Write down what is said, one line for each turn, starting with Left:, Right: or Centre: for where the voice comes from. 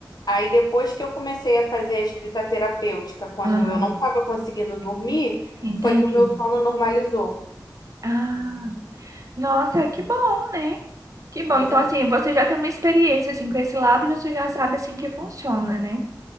Left: Aí depois que eu comecei a fazer a escrita terapêutica, quando
Right: Aham.
Left: eu não estava conseguindo dormir,
Right: entendi.
Left: foi que o meu sono normalizou.
Right: Ah, nossa, que bom, né? Que bom.
Left: Pois
Right: Então,
Left: é.
Right: assim, você já tem uma experiência, assim, com esse lado e você já sabe, assim, que funciona, né?